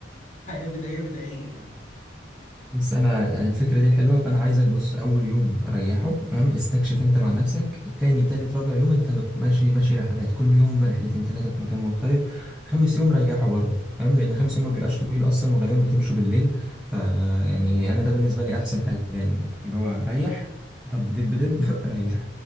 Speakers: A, on the left; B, in the centre.
A: حياه بدائيه بدائيه يعني
B: بس انا الفكره دي حلوه فانا عايزك بص اول يوم ريحه تمام استكشف انت مع نفسك تاني تالت رابع يوم انت ماشي ماشي رحلات كل يوم رحلتين تلاته في مكان مختلف خامس يوم ريحه برضه فاهم لان خامس يوم ما بيبقاش طويل اصلا وغالبا بتمشوا بالليل ف يعني انا ده بالنسبه لي احسن حاجه يعني اللي هو ريح دب دب دب <laughs> ريح